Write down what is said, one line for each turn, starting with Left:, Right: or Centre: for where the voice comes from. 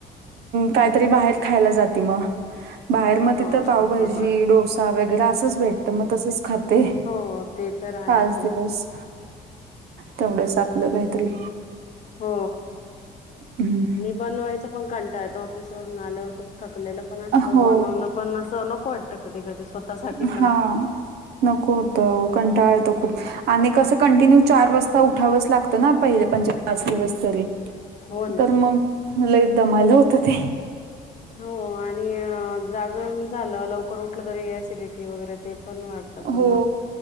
Right: कायतरी बाहेर खायला जाते मग बाहेर मग
Left: हो
Right: तिथं पावभाजी,
Left: हो हो हो
Right: डोसा वगैरे असंच भेट तर मग तसच खाते
Left: हो ते तर आहेच
Right: पाच
Left: आहे
Right: दिवस तेवढंच आपलं काहीतरी.
Left: हो
Right: हम्म.
Left: आणि बनवायचा पण कंटाळा येतो ऑफिसवरून आल्यावर खूप. थकलेला पण असतं
Right: हो
Left: बनवणं पण असं नको वाटतं कधी कधी. स्वतःसाठी
Right: हा
Left: पण
Right: नको होत कंटाळा येतो खूप. आणि कसं कंटिन्यू चार वाजता उठावंच लागतं ना पहिले पं पाच दिवस तरी?
Left: हो ना
Right: तर मग लई दमालो होतं ते
Left: हो आणि अ... जागरण झालं लवकर उठलं तरी ऍसिडिटी वगैरे ते पण वाढत पण
Right: हो
Left: ना